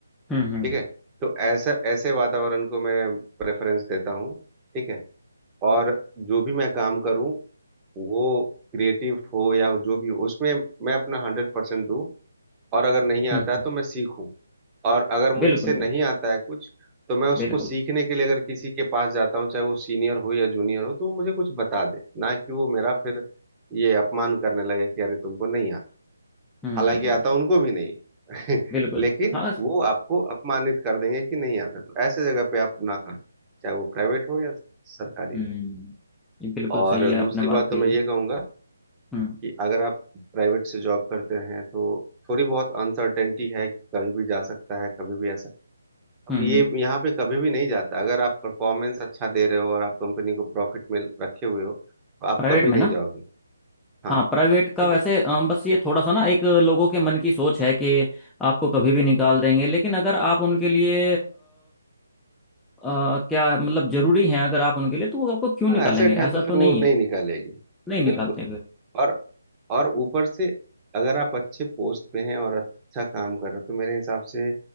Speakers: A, in the centre; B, on the right.
A: हम्म हम्म
B: ठीक है तो ऐसा ऐसे वातावरण को मैं प्रेफरेंस देता हूँ ठीक है और जो भी मैं काम करूँ वो क्रिएटिव हो या जो भी हो उसमें मैं अपना हंड्रेड परसेंट दूँ और अगर नहीं आता
A: हम्म
B: है
A: हम्म,
B: तो मैं सीखूं और अगर मुझसे
A: बिल्कुल
B: नहीं
A: बिल्कुल
B: आता है कुछ तो मैं उसको
A: बिल्कुल
B: सीखने के लिए अगर किसी के पास जाता हूँ चाहे वो सीनियर हो या जूनियर हो तो वो मुझे कुछ बता दे ना कि वो मेरा फिर ये अपमान करने लगे कि अरे तुमको नहीं आता
A: हम्म
B: हालांकि
A: हम्म हम्म,
B: आता उनको भी नहीं <laughs>
A: बिल्कुल
B: लेकिन
A: हाँ
B: वो आपको अपमानित कर देंगे कि नहीं आता तो ऐसे जगह पे आप ना करो चाहे वो प्राइवेट हो या सरकारी
A: हम्म
B: हो
A: ये बिल्कुल
B: और
A: सही है
B: दूसरी
A: आपने बात
B: बात
A: कही
B: तो मैं
A: है
B: ये कहूंगा
A: हम्म
B: कि अगर आप प्राइवेट से जॉब करते हैं तो थोड़ी बहुत अनसर्टेनिटी है कि कभी भी जा सकता है कभी भी ऐसा
A: हम्म
B: ये
A: हम्म
B: यहाँ पे कभी भी नहीं जाता अगर आप परफॉर्मेंस अच्छा दे रहे हो और आप कंपनी को प्रॉफिट में रखे हुए हो तो आप
A: प्राइवेट
B: कभी
A: में
B: नहीं
A: ना
B: जाओगे हाँ
A: हाँ प्राइवेट का
B: ठीक
A: वैसे
B: है
A: अ, बस ये थोड़ा सा ना एक लोगों के मन की सोच है कि आपको कभी भी निकाल देंगे लेकिन अगर आप उनके लिए अ, क्या मतलब जरूरी हैं अगर आप उनके लिए तो वो आपको क्यों निकालेंगे
B: हाँ एसेट
A: ऐसा
B: है तो फिर
A: तो नहीं
B: वो नहीं
A: है
B: निकालेगी
A: नहीं निकालते
B: बिल्कुल
A: फिर
B: और और ऊपर से अगर आप अच्छे पोस्ट पे हैं और अच्छा काम कर रहे हो तो मेरे हिसाब से